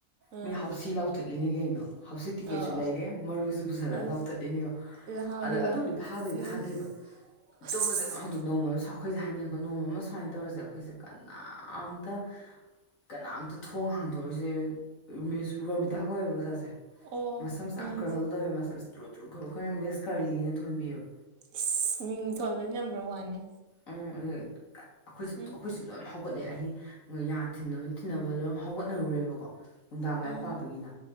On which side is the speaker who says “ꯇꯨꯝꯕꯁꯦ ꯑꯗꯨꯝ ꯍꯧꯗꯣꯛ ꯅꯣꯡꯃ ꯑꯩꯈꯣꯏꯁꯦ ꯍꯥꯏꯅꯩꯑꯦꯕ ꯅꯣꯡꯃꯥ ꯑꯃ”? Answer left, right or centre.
Left